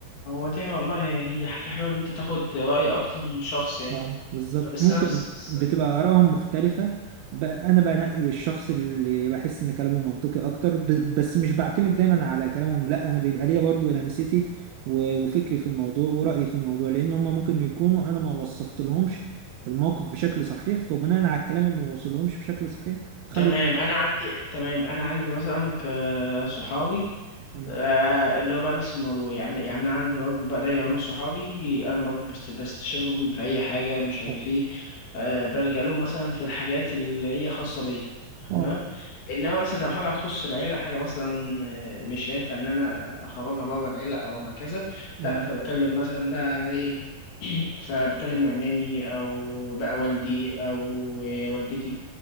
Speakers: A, on the left (about 70°); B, on the right (about 80°).
A: هو دي والله هي حاجة حلوة إن أنت تاخد رأي أكتر من شخص يعني
B: اه بالظبط
A: بس
B: ممكن
A: أنا بس بس
B: بتبقى آرائهم مختلفة ب... انا بنقي الشخص اللي بحس ان كلامه منطقي اكتر ب... بس مش بعتمد دايما على كلامهم لا انا بيبقى ليا برضو لمستي و... وفكري في الموضوع ورأيي في الموضوع لان هم ممكن يكونوا انا ما وصفت لهمش الموقف بشكل صحيح فبناء على الكلام اللي ما وصلهمش بشكل صحيح خدوا
A: تمام
B: قرار.
A: أنا عندي تمام أنا عندي مثلا كصحابي
B: مم.
A: آه، اللي هو بقى نفس الموضوع يعني يعني انا عندي برضه بقى دايما من صحابي انا برضه بست بستشيرهم في اي حاجه مش عارف
B: اه
A: ايه آه، بلجأ لهم مثلا في الحاجات اللي هي خاصه بيا
B: اه
A: تمام انما مثلا لو حاجه هتخص العيله حاجه مثلا آه، مش هينفع ان انا اخرجها بره العيله او هكذا
B: اه
A: لا فبكلم مثلا بقى ايه <clears throat> فبكلم عمامي او بقى والدي او آه، والدتي